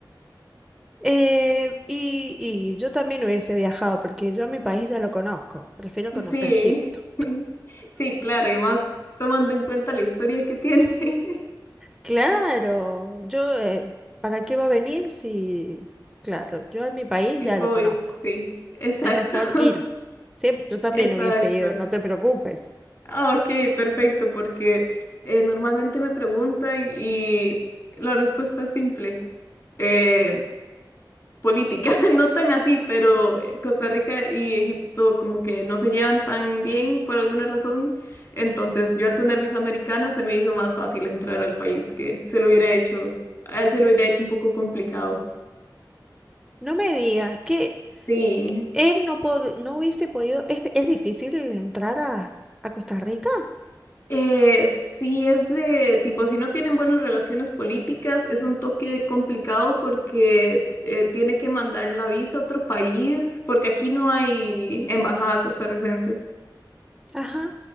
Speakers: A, in the centre; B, on the left (about 40°).
A: Eh, y, y yo también hubiese viajado porque yo a mi país ya lo conozco, prefiero
B: <laughs>
A: conocer
B: Sí.
A: Egipto.
B: <laughs> Sí, claro, y más tomando en cuenta la historia que tiene. <laughs>
A: Claro, yo, eh, ¿para qué va a venir si... Claro, yo a mi país
B: Sí,
A: ya
B: puedo
A: lo conozco,
B: ir, sí, exacto,
A: es mejor
B: <laughs>
A: ir. Sí, yo también
B: exacto.
A: hubiese ido, no te preocupes.
B: Ah, ok, perfecto, porque eh, normalmente me preguntan y la respuesta es simple, eh, política, <laughs> no tan así, pero eh, Costa Rica y Egipto como que no se llevan tan bien por alguna razón, entonces yo al tener visa americana se me hizo más fácil entrar al país que se lo hubiera hecho, a él se lo hubiera hecho un poco complicado.
A: No me digas que
B: Sí,
A: él no, pod- no hubiese podido, es, es difícil entrar a, a Costa Rica.
B: Eh, sí, es de tipo, si no tienen buenas relaciones políticas, es un toque complicado porque eh, tiene que mandar la visa a otro país, porque aquí no hay embajada costarricense.
A: Ajá,